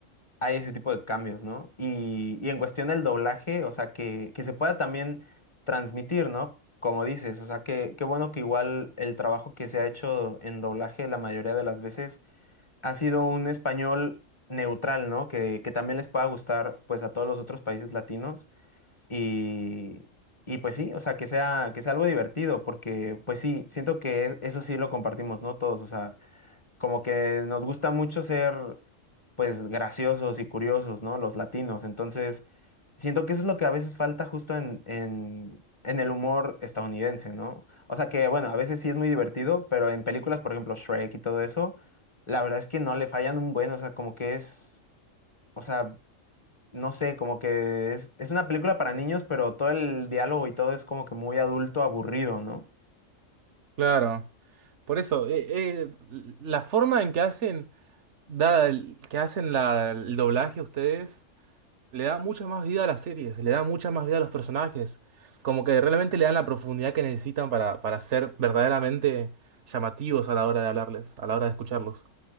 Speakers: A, on the left; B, on the right.
A: hay ese tipo de cambios, ¿no? Y, y en cuestión del doblaje, o sea, que, que se pueda también transmitir, ¿no? Como dices, o sea, que, qué bueno que igual el trabajo que se ha hecho en doblaje la mayoría de las veces ha sido un español neutral, ¿no? Que, que también les pueda gustar, pues, a todos los otros países latinos y... Y pues sí, o sea, que sea, que sea algo divertido, porque pues sí, siento que e- eso sí lo compartimos, ¿no? Todos, o sea, como que nos gusta mucho ser, pues, graciosos y curiosos, ¿no? Los latinos. Entonces, siento que eso es lo que a veces falta justo en, en, en el humor estadounidense, ¿no? O sea que, bueno, a veces sí es muy divertido, pero en películas, por ejemplo, Shrek y todo eso, la verdad es que no le fallan un buen, o sea, como que es, o sea, no sé, como que es, es una película para niños, pero todo el diálogo y todo es como que muy adulto, aburrido, ¿no?
B: Claro, por eso, eh, eh, la forma en que hacen, da el- que hacen la- el doblaje ustedes, le da mucha más vida a las series, le da mucha más vida a los personajes. Como que realmente le dan la profundidad que necesitan para, para ser verdaderamente llamativos a la hora de hablarles, a la hora de escucharlos.